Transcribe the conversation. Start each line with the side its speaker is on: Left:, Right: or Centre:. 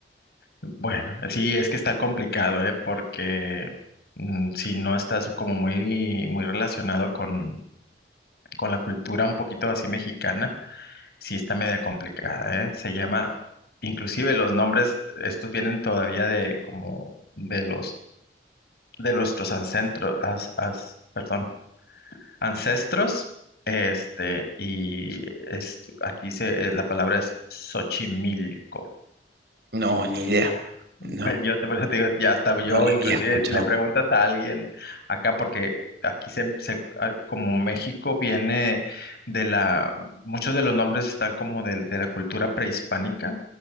Left: Bueno, sí, es que está complicado, ¿eh? Porque mm, si no estás como muy, muy relacionado con, con la cultura un poquito así mexicana, sí está media complicada, ¿eh? Se llama, inclusive los nombres, estos vienen todavía de como de los, de nuestros ancestros, perdón, ancestros, este, y es, aquí se, la palabra es Xochimilco.
Right: No, ni idea.
Left: <laughs>
Right: No,
Left: Yo te, por eso te digo, ya hasta
Right: no
Left: yo,
Right: la
Left: inclusive
Right: había escuchado.
Left: si le preguntas a alguien acá, porque aquí se, se- a- como México viene de la, muchos de los nombres están como del- de, la cultura prehispánica,